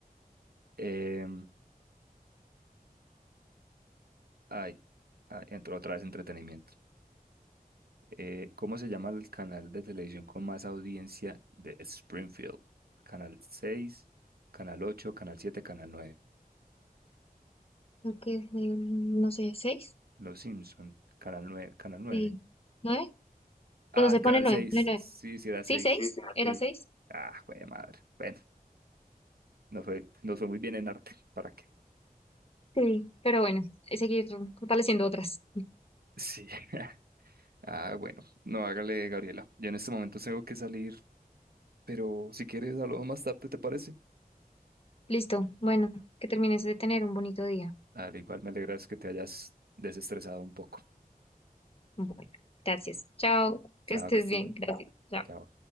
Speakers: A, on the right (about 80°); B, on the left (about 40°).
A: Em, ay, ay, entró otra vez entretenimiento. Eh, ¿cómo se llama el canal de televisión con más audiencia de Springfield? Canal 6, Canal 8, Canal 7, Canal 9.
B: Creo que es de, no sé, ¿seis?
A: Los Simpson, Canal 9. Canal 9.
B: Sí. ¿Nueve?
A: Ay,
B: Bueno, se
A: Canal
B: pone nueve,
A: 6.
B: pone nueve.
A: Sí, sí era
B: ¿Sí,
A: 6.
B: Sí, seis? ¿Era
A: Sí.
B: seis?
A: Ah, güey, madre. Bueno, no fue, no fue muy bien en arte. <laughs> ¿Para qué?
B: Sí. Pero bueno, es seguir fortaleciendo otras.
A: Sí. <laughs> Ah, bueno. No, hágale, Gabriela. Yo en este momento tengo que salir, pero si quieres, hablamos más tarde, ¿te parece?
B: Listo. Bueno, que termines de tener un bonito día.
A: Dale, igual me alegras que te hayas desestresado un poco.
B: Bueno, gracias. Chao, que
A: Chao,
B: estés
A: que estés.
B: bien. Gracias. Chao.
A: Chao.